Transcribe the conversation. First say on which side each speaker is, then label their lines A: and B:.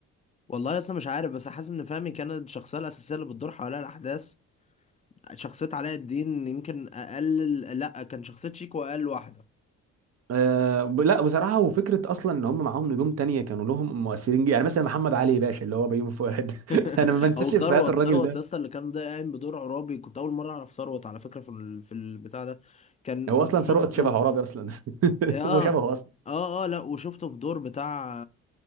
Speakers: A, on the left; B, on the right.
A: والله اصلا مش عارف بس حاسس ان فهمي كانت الشخصيه الاساسيه اللي بتدور حواليها الاحداث شخصيه علاء الدين يمكن اقل لا كان شخصيه شيكو اقل واحده
B: أه ب- لا بصراحة وفكرة أصلا إن هم معاهم نجوم تانية كانوا لهم مؤثرين جدا يعني مثلا محمد علي باشا اللي هو بيومي فؤاد
A: <laughs>
B: <laughs> أنا ما بنساش
A: او ثروت
B: إفيهات الراجل
A: ثروت
B: ده
A: لسه اللي كان ده قايم بدور عرابي كنت اول مره اعرف ثروت على فكره في ال- في البتاع ده كان
B: هو
A: كنت
B: أصلا
A: شفته
B: ثروت شبه
A: في
B: عرابي أصلا <laughs>
A: اه
B: هو شبهه أصلا
A: اه اه لا وشفته في دور بتاع